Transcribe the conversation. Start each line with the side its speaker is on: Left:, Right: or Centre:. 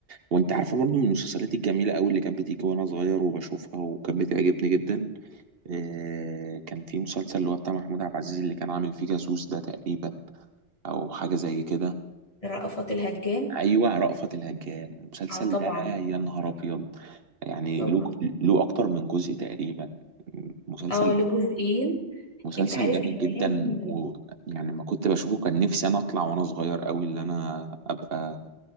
Right: وانت عارفة برضو من المسلسلات الجميلة قوي اللي كانت بتيجي وانا صغير وبشوفها وكانت بتعجبني جدا آه كان في مسلسل اللي هو بتاع محمود عبد العزيز اللي كان عامل فيه جاسوس ده تقريبا او حاجة زي كده
Left: رأفت الهجان
Right: ايوه رأفت الهجان المسلسل
Left: اه طبعا
Right: ده يا نهار ابيض يعني
Left: طبعا
Right: له له اكتر من جزء تقريبا مسلسل
Left: اه له جزئين
Right: مسلسل
Left: انت عارف
Right: جامد
Left: كمان
Right: جدا ويعني ما كنت بشوفه كان نفسي انا اطلع وانا صغير قوي اللي انا ابقى